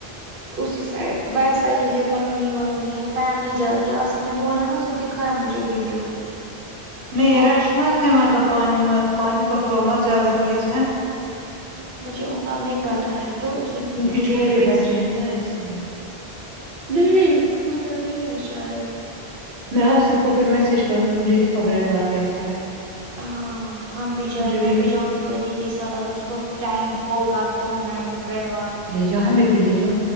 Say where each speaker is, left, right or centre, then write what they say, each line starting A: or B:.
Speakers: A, on the right (about 60°); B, on the right (about 80°).
A: اسی سائ ویسا ہی ہے پانی وانی ہے فیملی جاتی ہے آصف نے بولا نا اسے دکھ دیکھا یا مجھے ویڈیو
B: نہیں
A: وہ
B: رش مت ہے مطلب پانی میں پانی کا فلو مت زیادہ تیز ہے
A: مجھے اتنا نہیں پتا ہے تو اس نے
B: کیونکہ
A: مجھے
B: چھوٹے
A: یہ پکس
B: بچے ہیں نا اس لیے
A: نہیں اتنا نہیں ہے شاید
B: میں آصف کو پھر میسیج کروں گی مجھے دکھ ار کیسا ہے
A: ہاں ہ ہم بھی جائیں
B: مجھے
A: میں
B: ویڈیو
A: بھی جاؤں گی پتی کے ساتھ اگر اس کو ٹائم ہوگا تو میں بھی بریڈ وال
B: جہاں میں بھی لے جاؤ